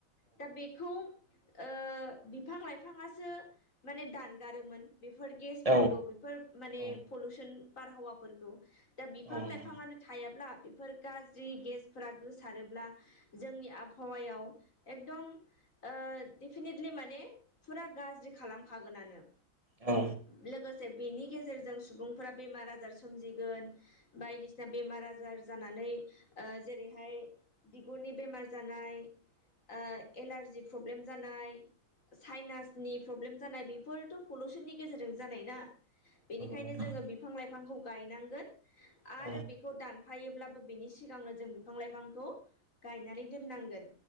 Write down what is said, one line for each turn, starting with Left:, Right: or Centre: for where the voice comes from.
Left: दा बे खौ ओ बिफां-लाइफाङासो माने दानगारोमोन। बेफोर गेसफोरखौ
Right: औ
Left: बेफोर माने
Right: औ
Left: पलुसन बारहावाफोरखौ। दा बिफां-लाइफाङानो
Right: नंगौ
Left: थायाब्ला बेफोर गाज्रि गेसफोरा गोसारोब्ला जोंनि आबहावायाव एकदम ओ डेफिनेटलि माने फुरा गाज्रि खालाम खागोननानो।
Right: औ
Left: लोगोसे बेनि गेजेरजों सुबुंफोरा बेमार-आजार सोमजिगोन। बायदिसिना बेमार-आजार जानानै ओ जेरैहाय बिगुरनि बेमार जानाय ओ एलारजि प्रब्लेम जानाय सायनासनि प्रब्लेम जानाय बेफोरथ' पलुसननि गेजेरजों जानाय ना बेनिखायनो
Right: नोंथां
Left: जोङो बिफां-लाइफांखौ गायनांगोन आरो
Right: औ
Left: बे खौ दानफायोब्लाबो बेनि सिगांनो जों बिफां-लाइफांखौ गायनानै दोननांगोन।